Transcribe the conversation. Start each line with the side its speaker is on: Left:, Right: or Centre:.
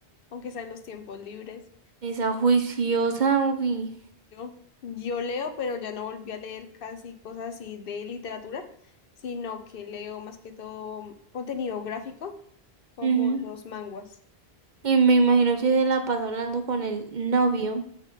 Left: aunque sea en los tiempos libres.
Right: esa juiciosa. uy.
Left: Yo, yo leo, pero ya no volví a leer casi cosas así de literatura, sino que leo más que todo contenido gráfico, como
Right: Ujú.
Left: los manguas.
Right: Y me imagino que se la pasa hablando con el novio.